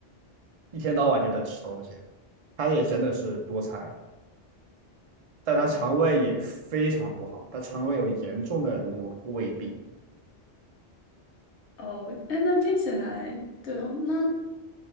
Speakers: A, on the right; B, on the left.
A: 一天到晚就在吃东西。他也真的是多餐，但他肠胃也非常不好，
B: 啊
A: 他肠胃有严重的那种胃病
B: 哦，哎，那听起来对哦，那。